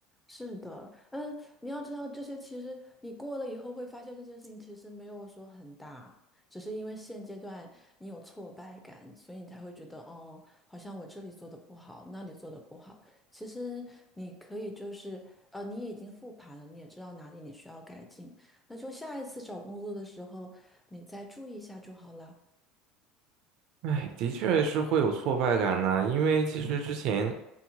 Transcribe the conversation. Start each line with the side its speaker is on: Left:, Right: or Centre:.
Centre: 是的，嗯，你要知道这些，其实你过了以后会发现这件事情其实没有说很大，只是因为现阶段你有挫败感，所以你才会觉得哦，好像我这里做的不好，那里做的不好。其实你可以就是呃，你已经复盘了，你也知道哪里你需要改进，那就下一次找工作的时候你再注意一下就好了。
Right: 哎，的确是会有挫败感呐、因为其实之前